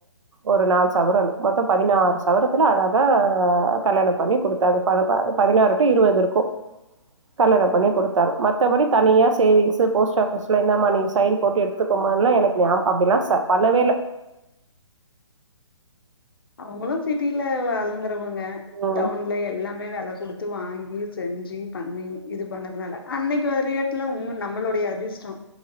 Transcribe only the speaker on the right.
ஒரு நாலு சவரம் மொத்தம் பதினாறு சவரத்துல அழகாக கல்யாணம் பண்ணி குடுத்தாங்க பத பதினாறு டூ இருபது இருக்கு கல்யாணம் பண்ணி குடுத்தாங்க மத் மத்தபடி தனியா சேவிங்ஸ் போஸ்ட் ஆஃபிஸ்ல இந்த மாரி சையின் போட்டு எடுத்துக்கு கோம்மா எனக்கு ஞம் அப்படிலா சா பண்ணவேல்ல
ம்